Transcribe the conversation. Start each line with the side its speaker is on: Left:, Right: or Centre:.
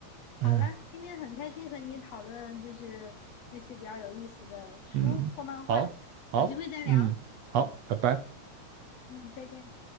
Left: 好了，
Right: 哎，
Left: 今天很开心和你讨论，就是这些比较有意思的书或漫画，
Right: <laughs> 嗯，好，好，
Left: 有机会再聊。
Right: 嗯，好，
Left: 嗯
Right: 拜拜。
Left: 嗯，再见。